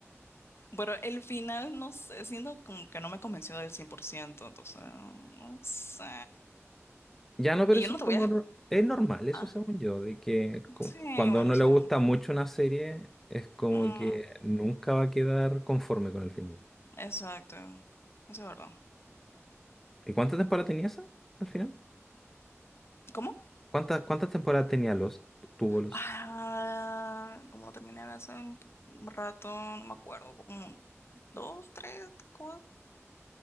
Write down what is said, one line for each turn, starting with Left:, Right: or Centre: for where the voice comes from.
Left: Pero el final, no sé, siento como que no me convenció del 100% entonces, no sé.
Centre: Ya no, pero
Left: Y
Centre: eso
Left: yo no
Centre: es
Left: te
Centre: como...
Left: voy a...
Centre: r- Es normal, eso
Left: Ah,
Centre: según yo, de que cu-
Left: sí,
Centre: cuando
Left: bueno,
Centre: a uno
Left: sí.
Centre: le gusta mucho una serie, es como
Left: Mm,
Centre: que nunca va a quedar conforme con el final.
Left: exacto. Eso es verdad.
Centre: ¿Y cuántas temporadas tenía esa al final?
Left: ¿Cómo?
Centre: ¿Cuántas, cuántas temporadas tenía los Tuvo los
Left: Ah, como lo terminé de hace un rato, no me acuerdo, como un- dos, tres, cuatro,